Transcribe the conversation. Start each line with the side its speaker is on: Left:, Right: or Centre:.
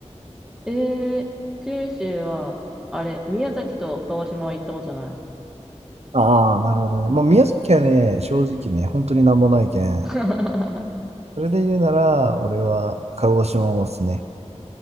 Centre: えー、九州は、あれ、宮崎と鹿児島は行ったことない。
Right: ああ、なるほどね。もう宮崎はね、正直ね、本当になんもないけん。
Centre: <laughs>
Right: それで言うなら、俺は鹿児島をおすすめ。